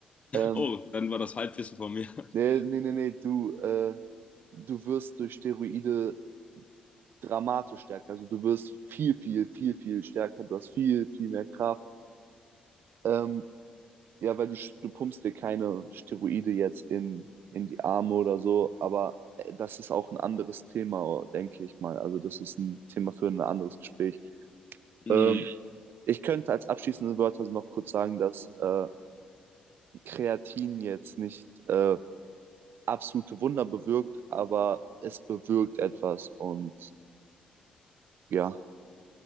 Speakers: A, on the right; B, on the left.
A: Ähm,
B: Oh, dann war das Halbwissen von mir. <laughs>
A: nee, nee, nee, nee, du, äh, du wirst durch Steroide dramatisch stärker. Also, du wirst viel, viel, viel, viel stärker. Du hast viel, viel mehr Kraft. Ähm, ja, weil du, sch- du pumpst dir keine Steroide jetzt in, in die Arme oder so, aber äh, das ist auch ein anderes Thema, denke ich mal. Also, das ist ein Thema für ein anderes Gespräch.
B: Mhm.
A: Ähm, ich könnte als abschließende Wörter noch kurz sagen, dass. Äh, Kreatin jetzt nicht äh, absolute Wunder bewirkt, aber es bewirkt etwas und ja,